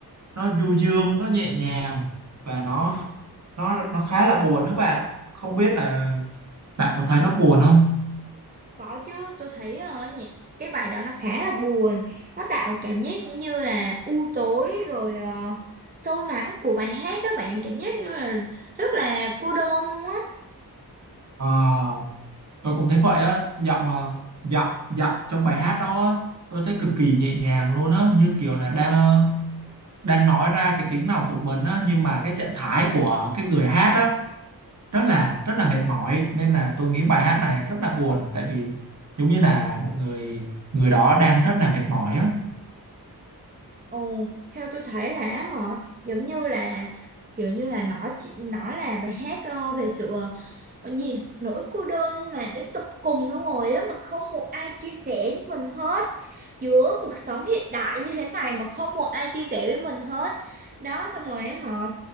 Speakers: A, on the right; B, on the right.
A: nó du dương nó nhẹ nhàng và nó nó nó khá là buồn các bạn không biết là bạn có thấy nó buồn không
B: Có chứ, tôi thấy ờ, nhị- cái bài đó nó khá là buồn, nó tạo cảm giác như như là u tối rồi ờ, sâu lắng của bài hát các bạn, cảm giác như là rất là cô đơn luôn á.
A: Ờ, tôi cũng thấy vậy á giọng ờ, giọng giọng trong bài hát đó á, tôi thấy cực kỳ nhẹ nhàng luôn á như kiểu là đang ờ, đang nói ra cái tiếng lòng của mình á nhưng mà cái trạng thái của cái người hát á rất là rất là mệt mỏi nên là tôi nghĩ bài hát này rất là buồn tại vì giống như là một người người đó đang rất là mệt mỏi á
B: Ồ, theo tôi thấy là họ giống như là kiểu như là nó chỉ nó là bài hát ờ, về sự ờ, Còn gì nỗi cô đơn mà đến tột cùng luôn rồi á mà không một ai chia sẻ với mình hết giữa cuộc sống hiện đại như thế này mà không một ai chia sẻ với mình hết đó xong rồi á họ